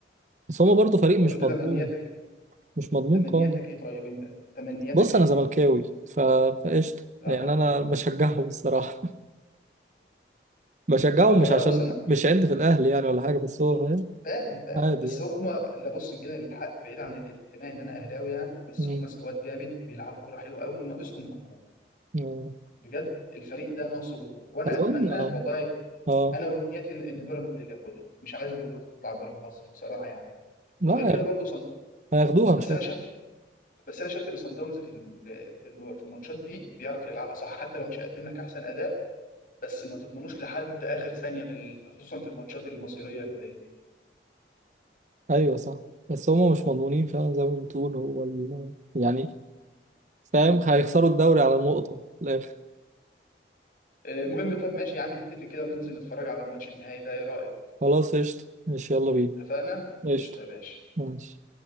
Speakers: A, on the right (about 40°); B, on the left (about 50°).
A: بس هم برضه فريق
B: طب
A: مش
B: انت
A: مضمون
B: تمنياتك
A: مش مضمون
B: تمنياتك
A: خالص
B: ايه طيب انت تمنياتك
A: بص
B: ايه؟
A: انا زملكاوي ف- فقشطه
B: لا
A: يعني انا بشجعهم الصراحه بشجعهم
B: طب
A: مش
B: انا
A: عشان
B: بص انا
A: مش عندي في الاهلي يعني ولا حاجه بس هو فاهم
B: فاهم فاهم
A: عادي
B: بس
A: يعني
B: هم اللي بص جينا للحق بعيد عن الانتماء ان انا اهلاوي يعني بس
A: مم.
B: هم سكواد جامد بيلعبوا كرة حلوه قوي ناقصهم جمهور
A: آه.
B: بجد الفريق ده ناقصه جمهور وانا
A: اظن
B: اتمنى
A: اه
B: والله
A: آه.
B: انا ونيتي ان ان بيراميدز اللي ياخدها مش عايز البطوله تطلع بره مصر بصراحه يعني
A: لا
B: وغير كده برضه صن...
A: هياخدوها
B: بس
A: ان شاء
B: انا شايف
A: الله
B: بس انا شايف ان صن داونز في ال- في الم- في الماتشات دي بيعرف يلعبها صح حتى لو مش هيقدم لك احسن اداء بس ما تضمنوش لحد اخر ثانيه في ال- خصوصا في الماتشات المصيريه اللي زي دي
A: ايوه صح بس هما مش مضمونين فعلا زي ما بتقول هو ال... يعني فاهم
B: مم.
A: هيخسروا الدوري على نقطة في الآخر
B: المهم طب ماشي يا عم نتفق كده وننزل نتفرج على الماتش النهائي ده ايه رايك
A: خلاص قشطة ماشي يلا بينا
B: اتفقنا
A: قشطة
B: قشطه يا باشا
A: ماشي